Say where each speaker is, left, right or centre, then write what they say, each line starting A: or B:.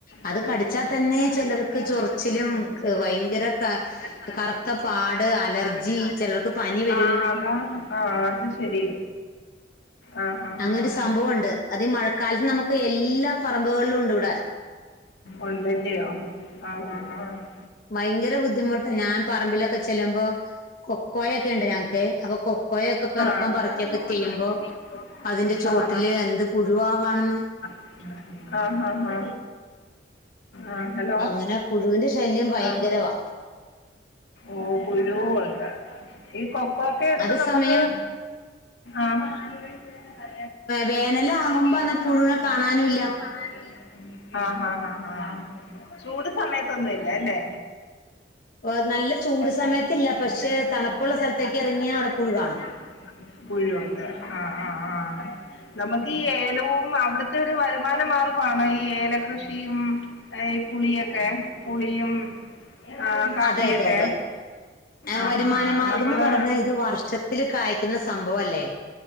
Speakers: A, on the left; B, on the left.
A: അത്
B: പിന്നെ
A: കടിച്ചാൽ തന്നെ ചിലർക്ക്
B: തന്നെ ചിലപ്പോൾ
A: ചൊറിച്ചിലും
B: കുറച്ച്
A: ഭയങ്കര ക
B: നാല്
A: കറു ത്ത പാട് അലർജി
B: നാട് അലർജി
A: ചിലർക്ക് പനി വരും
B: ആ അതാ ആഹ് അത് ശരി ആഹ് ഹാ
A: അങ്ങനെ
B: ഹാ
A: ഒരു സംഭവം ഉണ്ട് അത് ഈ മഴക്കാലത്ത് നമുക്ക് എല്ലാ പറമ്പുകളിലും ഉണ്ട് ഇവിടെ
B: ഉള്ളുല്ലെയോ ആഹ് ആഹ്
A: ഭയങ്കര ബുദ്ധിമുട്ട് ഞാൻ പറമ്പിലൊക്കെ ചെല്ലുമ്പോ കൊക്കോയൊക്കെ ഉണ്ട് ഞങ്ങക്ക് അപ്പൊ കൊ ക്കൊയൊക്കെ പേറക്കേം
B: എന്നൊക്കെ
A: പറിക്കെക്കെ
B: പറഞ്ഞ് ഹോസ്പിറ്റലിൽ
A: ചെയ്യുമ്പോ
B: കിട്ടിയപ്പോൾ
A: അതിന്റെ ചുവട്ടില്
B: ആ
A: എന്ത് പുഴുവാ കാണുന്നെ
B: ആഹ് ഹാ ഹാ ആഹ് ഹലോ
A: അങ്ങനെ പുഴുവിന്റെ ശല്യം ഭയങ്കരവാ
B: ആഹ് ഓഹ് പുഴുവു ഉണ്ട് ഈ കൊക്കോക്കെ എടുത്ത്
A: അതേസമയം
B: നമുക്ക് ആഹ് ആഹ്
A: വേനലാകുമ്പോ
B: വേനലു
A: അന്ന പുഴുവിനെ
B: ആവുമ്പോ
A: കാണാനുമില്ല
B: അത് കുടുതലും കാണാനുമില്ല ആഹ് ഹാ ഹാ ഹാ ചൂട് സമയത്തൊന്നുല്ല അല്ലേ
A: ഏഹ് നല്ല ചൂട് സമയത്തില്ല
B: നല്ല ചൂട് സയത്തില്ല പക്ഷെ
A: തണുപ്പുള്ള സ്ഥലത്തേക്ക്
B: തണുപ്പുള
A: ഇറങ്ങിയാൽ
B: സമയത്തെ
A: അവിടെ പുഴു കാണും
B: <unintelligible> പുഴു വുണ്ട് ആഹ് ആഹ് ആഹ് നമുക്ക് ഈ ഏലവും അവിടുത്തെ ഒരു വരുമാന മാർഗമാണോ ഈ ഏലം കൃഷിയും ഈ പുളിയൊക്കെ പുളിയും ആഹ് കാപ്പിയൊക്കെ
A: അതെ അതെ അതെ ഏഹ്
B: ആഹ്
A: വരുമാന
B: ആഹ്
A: മാർഗം
B: നമ്മള്
A: എന്ന് പറഞ്ഞാൽ ഇത് വർഷത്തിൽ കായ്ക്കുന്ന സംഭവല്ലേ